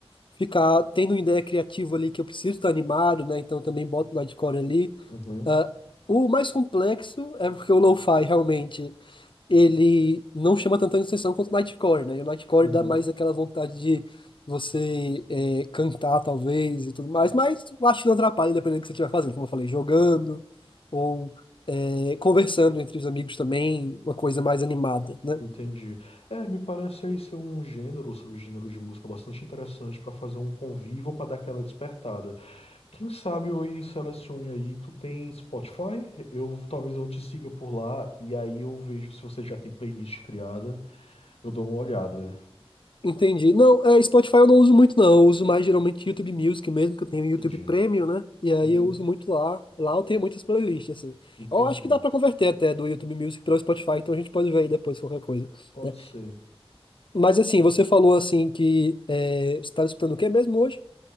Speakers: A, on the left; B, on the left.
A: ficar tendo uma ideia criativa ali que eu preciso estar animado, né, então eu também boto o Nightcore ali.
B: Uhum.
A: Ah, o mais complexo é porque o lo-fi realmente ele não chama tanta atenção quanto o Nightcore, né? E o Nightcore
B: Uhum.
A: dá mais aquela vontade de você é, cantar, talvez, e tudo mais, mas eu acho que não atrapalha, dependendo do que você estiver fazendo, como eu falei, jogando ou é, conversando entre os amigos também, uma coisa mais animada, né?
B: Entendi. É, me parece aí ser um gênero, um subgênero de música bastante interessante para fazer um convívio para dar aquela despertada. Quem sabe eu aí selecione aí, tu tem Spotify? Eu talvez eu te siga por lá e aí eu vejo se você já tem playlist criada, eu dou uma olhada.
A: Entendi. Não, é, Spotify eu não uso muito, não. Eu uso mais geralmente YouTube Music mesmo, que eu tenho YouTube
B: Entendi.
A: Premium, né? E aí
B: Uhum.
A: eu uso muito lá. Lá eu tenho muitas playlists, assim.
B: Entendi.
A: Eu acho que dá pra converter até do YouTube Music para o Spotify, então a gente pode ver aí depois qualquer coisa,
B: Pode
A: né?
B: ser.
A: Mas assim, você falou assim que é, você estava escutando o quê mesmo hoje?